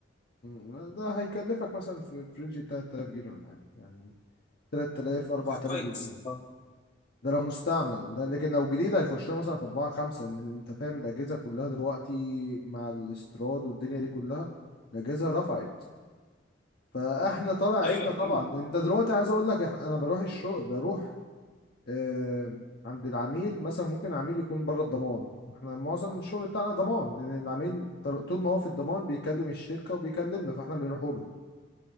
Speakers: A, on the left; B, on the left.
A: م، ده هيكلفك مثلا في في رينج 3000 جنيه ولا حاجة يعني 3000 4000
B: كويس
A: بالجنيه
B: آه.
A: ده لو مستعمل ده لكن لو جديد هيخش له مثلا في 4 5 ان انت فاهم الاجهزه كلها دلوقتي مع الاستيراد والدنيا دي كلها الاجهزه رفعت فاحنا طالع عنا
B: ايوه
A: طبعا
B: اكيد
A: انت دلوقتي عايز اقول لك إح- انا بروح الشغل بروح آه، عند العميل مثلا ممكن العميل يكون بره الضمان احنا معظم الشغل بتاعنا ضمان لان العميل طل- طول ما هو في الضمان بيكلم الشركة وبيكلمنا فاحنا بنروح له